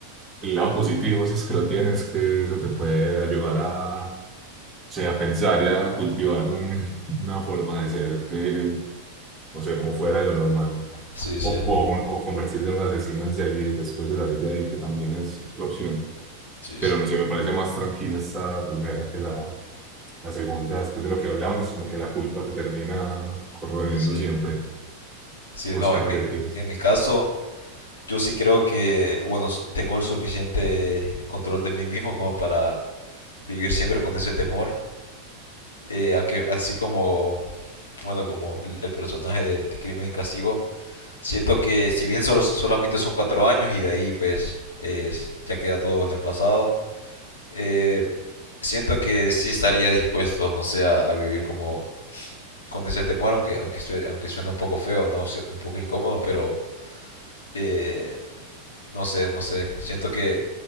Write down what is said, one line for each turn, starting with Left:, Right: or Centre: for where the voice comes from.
Right: el lado positivo, si es que lo tienes, que eso te puede ayudar a, o sea, a pensar y a cultivar un- <laughs> una forma de ser que, o sea, como fuera de lo normal.
Left: Sí, sí,
Right: O, o, o convertirte en un asesino en serie después de salir de ahí, que también es otra opción.
Left: sí,
Right: Pero
Left: sí,
Right: no sé, me parece más tranquila esta primera que la, la segunda. Después de lo que hablamos, como que la culpa te termina corroyendo
Left: sí.
Right: siempre.
Left: Sí,
Right: ¿Vos
Left: no,
Right: qué
Left: en
Right: preferirías?
Left: mi, en mi caso, yo sí creo que, bueno, s- tengo el suficiente control de mí mismo como para vivir siempre con ese temor. Eh, aunque así como, bueno, como el, el personaje de, de Crimen y Castigo, siento que si bien solo, solamente son cuatro años y de ahí pues es- ya queda todo en el pasado, eh, siento que sí estaría dispuesto, no sé, a, a vivir como con ese temor, aunque, aunque, sue- aunque suena un poco feo, ¿no? Su- Un poco incómodo, pero eh, no sé, no sé. Siento que